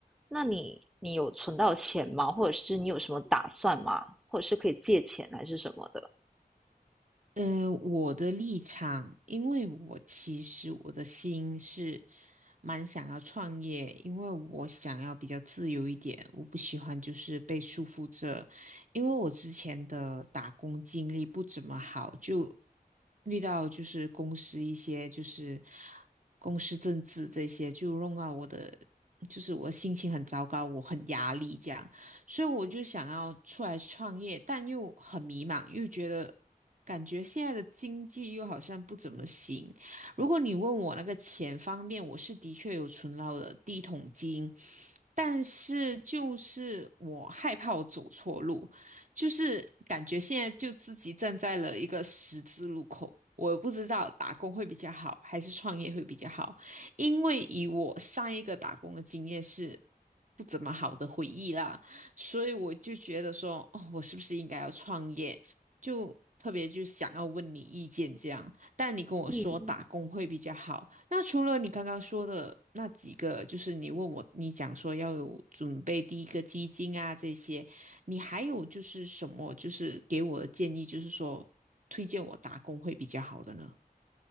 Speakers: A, in the centre; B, on the right.
A: 那你你有存到钱吗？或者是你有什么打算吗？或者是可以借钱还是什么的？
B: 呃，我的立场，因为我其实我的心是蛮想要创业，因为我想要比较自由一点，我不喜欢就是被束缚着，因为我之前的打工经历不怎么好，就遇到就是公司一些就是公司政治这些，就弄到我的就是我心情很糟糕，我很压力这样。所以我就想要出来创业，但又很迷茫，又觉得感觉现在的经济又好像不怎么行。如果你问我那个钱方面，我是的确有存到的第一桶金，但是就是我害怕我走错路，就是感觉现在就自己站在了一个十字路口。我不知道打工会比较好，还是创业会比较好。因为以我上一个打工的经验是不怎么好的回忆啦，所以我就觉得说，哦，我是不是应该要创业？就特别就想要问你意见这样。但你跟我说打工会比较好。
A: 嗯
B: 那除了你刚刚说的那几个，就是你问我，你讲说要有准备第一个基金啊这些，你还有就是什么，就是给我的建议，就是说推荐我打工会比较好的呢？